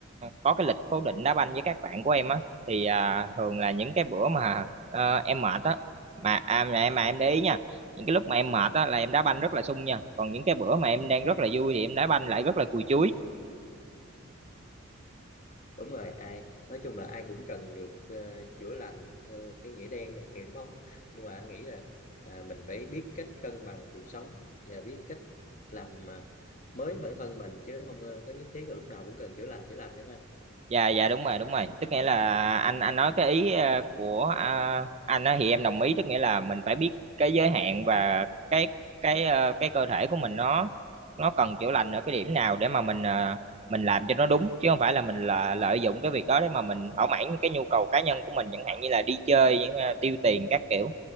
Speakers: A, on the right; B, on the left.
A: có cái lịch cố định đá banh với các bạn của em á thì à, thường là những cái bữa mà ờ, em mệt á mà à, mà em mà em để ý nha, những cái lúc mà em mệt á là em đá banh rất là sung nha, còn những cái bữa mà em đang rất là vui thì em đá banh lại rất là cùi chuối.
B: đúng rồi ai nói chung là ai cũng cần được ờ, chữa lành theo cái nghĩa đen hiểu bóng nhưng mà anh nghĩ là à, mình phải biết cách cân bằng cuộc sống và biết cách làm à, mới bản thân mình chứ không ờ, có nhất thiết là lúc nào cũng cần chữa lành chữa lành đấy mà
A: dạ dạ đúng rồi đúng rồi tức nghĩa là anh anh nói cái ý ờ, của à, anh á thì em đồng ý tức nghĩa là mình phải biết cái giới hạn và cái cái ờ, cái cơ thể của mình nó nó cần chữa lành ở cái điểm nào để mà mình ờ, mình làm cho nó đúng chứ không phải là mình là lợi dụng cái việc đó để mà mình thỏa mãn những cái nhu cầu cá nhân của mình chẳng hạn như là đi chơi ờ, tiêu tiền các kiểu